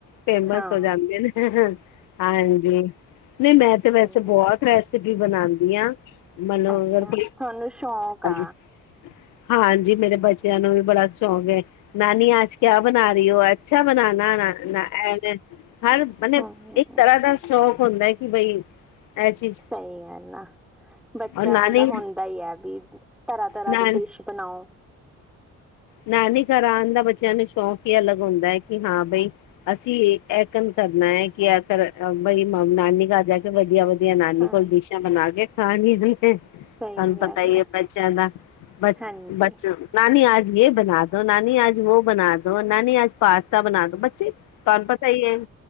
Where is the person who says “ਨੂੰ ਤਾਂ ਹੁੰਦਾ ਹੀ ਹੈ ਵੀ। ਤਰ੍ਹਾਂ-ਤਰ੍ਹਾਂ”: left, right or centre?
Centre